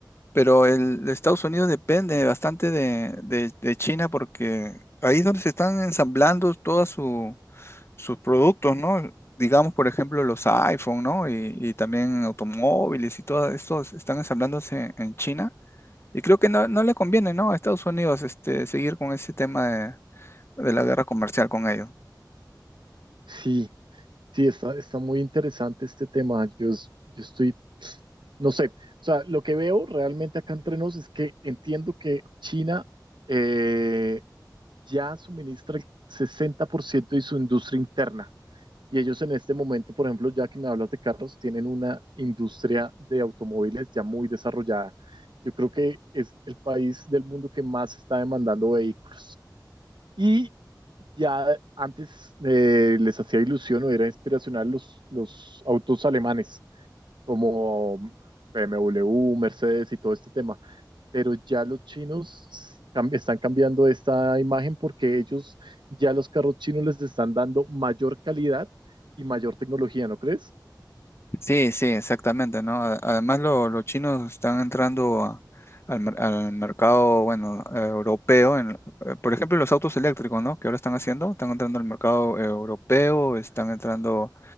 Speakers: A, on the left; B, on the right.
A: Pero el, de Estados Unidos depende bastante de, de- de China porque ahí es donde se están ensamblando todos su- sus productos, ¿no? Digamos, por ejemplo, los iPhone, ¿no? Y, y también automóviles y todo esto se están ensamblándose en China. Y creo que no, no le conviene, ¿no? A Estados Unidos este, seguir con ese tema de, de la guerra comercial con ellos.
B: Sí, Sí, está, está muy interesante este tema. Yo, es- yo estoy, no sé, o sea, lo que veo realmente acá entre nos es que entiendo que China eh, ya suministra el 60% de su industria interna. Y ellos en este momento, por ejemplo, ya que me hablas de carros, tienen una industria de automóviles ya muy desarrollada. Yo creo que es el país del mundo que más está demandando vehículos. Y ya antes eh, les hacía ilusión o era inspiracional los, los autos alemanes, como BMW, Mercedes y todo este tema, pero ya los chinos cam- están cambiando esta imagen porque ellos ya los carros chinos les están dando mayor calidad y mayor tecnología, ¿no crees?
A: Sí, sí, exactamente, ¿no? A- Además, lo- los chinos están entrando a- al, mer- al mercado, bueno, eh, europeo. en- eh, por ejemplo, los autos eléctricos, ¿no? Que ahora están haciendo, están entrando al mercado eh, europeo, están entrando